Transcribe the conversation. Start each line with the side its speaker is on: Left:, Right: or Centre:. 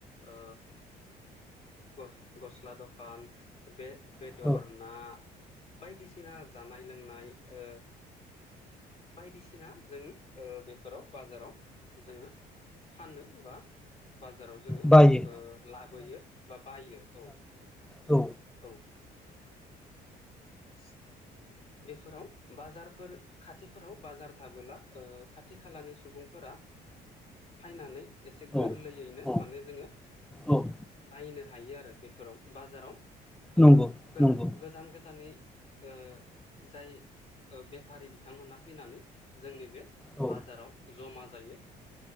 Left: ओ गो गस्ला दखान बे बेदर
Centre: नंगौ औ
Left: ना बायदिसिना जानाय लोंनाय इओ बायदिसिना जों ओ बेफोराव बाजाराव जोङो फानो बा बाजाराव जोङो
Centre: बायो
Left: ओ लाबोयो बा बायो औ
Centre: औ
Left: औ ओ <inaudible> बेफोराव बाजारफोर खाथिफोराव बाजार थाबोला ओ खाथि खालानि सुबुं बुं फोर फायनानै एसे
Centre: औ
Left: गोरलैयैनो
Centre: औ
Left: माने जोङो
Centre: औ
Left: बायनो हायो आरो बेफोराव बाजाराव
Centre: नंगौ
Left: ओ
Centre: नंगौ
Left: गोजान गोजाननि ओ जाय ओ बेफारि बिथांमोना फैनानै जोंनि बे
Centre: औ
Left: बाजाराव जमा जायो